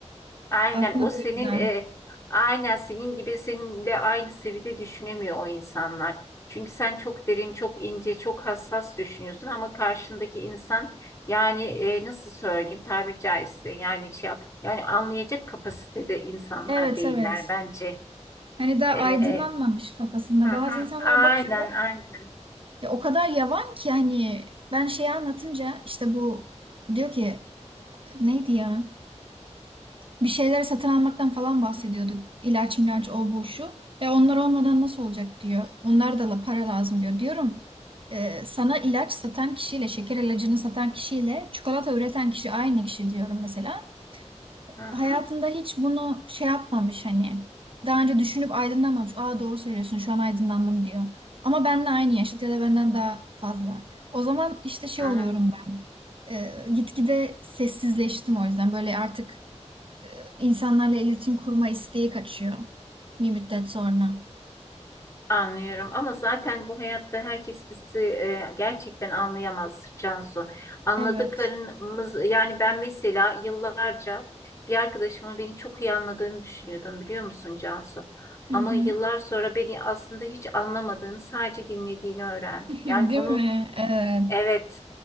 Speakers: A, on the left; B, on the right.
A: Aynen
B: Aslında
A: o senin
B: bu yüzden.
A: e, aynen senin gibi seninle aynı seviyede düşünemiyor o insanlar. Çünkü sen çok derin, çok ince, çok hassas düşünüyorsun ama karşındaki insan yani e, nasıl söyleyeyim tabiri caizse yani şey yap- yani anlayacak kapasitede insanlar
B: Evet
A: değiller
B: evet.
A: bence.
B: Hani daha
A: E,
B: aydınlanmamış kafasında.
A: hı
B: Bazı
A: hı.
B: insanlara
A: Aynen
B: bakıyorum.
A: aynen.
B: Ya o kadar yavan ki hani ben şeyi anlatınca işte bu diyor ki neydi ya? bir şeyleri satın almaktan falan bahsediyorduk. İlaç milaç o bu şu. E onlar olmadan nasıl olacak diyor. Onlar da la- para lazım diyor. Diyorum e, sana ilaç satan kişiyle şeker ilacını satan kişiyle çikolata üreten kişi aynı kişi diyorum mesela.
A: Hı hı.
B: Hayatında hiç bunu şey yapmamış hani. Daha önce düşünüp aydınlanmamış. Aa doğru söylüyorsun şu an aydınlandım diyor. Ama benle aynı yaşıt ya da benden daha fazla. O zaman işte şey
A: Hı
B: oluyorum
A: hı.
B: ben. E, gitgide sessizleştim o yüzden. Böyle artık İnsanlarla iletişim kurma isteği kaçıyor bir müddet sonra.
A: Anlıyorum ama zaten bu hayatta herkes bizi e, gerçekten anlayamaz Cansu. Anladıklarımız
B: Evet.
A: yani ben mesela yıllarca bir arkadaşımın beni çok iyi anladığını düşünüyordum biliyor musun Cansu?
B: Hı
A: Ama
B: hı.
A: yıllar sonra beni aslında hiç anlamadığını sadece dinlediğini öğrendim.
B: <laughs>
A: Yani
B: Değil
A: onu
B: mi? Evet.
A: evet